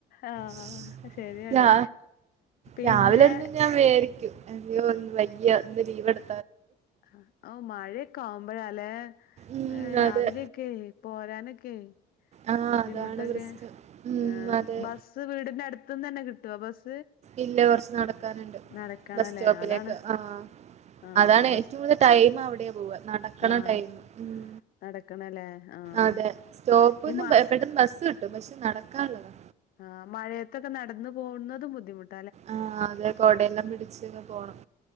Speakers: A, on the left; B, on the right.
A: ആഹ്
B: സ്സ്‌
A: ശരിയാണ്
B: രാ
A: പിന്നെ
B: രാവിലിരുന്ന് ഞാൻ വേവിക്കും അയ്യോ ന്ന്‌ വയ്യ ഇന്ന് ലീവെടു
A: ഹ് ഔ മഴയൊക്കെ ആവുമ്പൊഴാ ലേ
B: ഉം
A: ഏ രാവിലെയൊക്കെ
B: അതെ
A: പോരാനൊക്കെ ക്കെ
B: ആഹ്
A: ബുദ്ധിമുട്ടൊക്കെ
B: അതാണ് പ്രശ്നം ഉം
A: ഏ
B: അതെ
A: ബസ് വീടിന്റെ അടുത്തു നിന്ന് തന്നെ കിട്ടും ബസ്
B: ഇല്ല കുറച്ച് നടക്കാനുണ്ട്
A: നടക്കണല്ലേ
B: ബസ്റ്റോപ്പിലേക്ക്
A: അതാണ്
B: ആ
A: ആഹ്
B: അതാണ്
A: ബസ്
B: ഏറ്റവും കൂടുൽ ടൈം അവിടെയാ പോവാ നടക്കണ
A: ആഹ്
B: ടൈം മ്
A: നടക്കണല്ലേ ആഹ്
B: അതെ സ്റ്റോപ്പെന്ന്
A: ഈ മ
B: പെട്ടെന്ന് ബസ് കിട്ടും പക്ഷെ നടക്കാനുള്ളതാ
A: ആ മഴയത്തൊക്കെ നടന്നു പോകുന്നതും ബുദ്ധിമുട്ട്
B: ആ അതെ കൊടയെല്ലാം പിടിച്ചൊക്കെ പോണം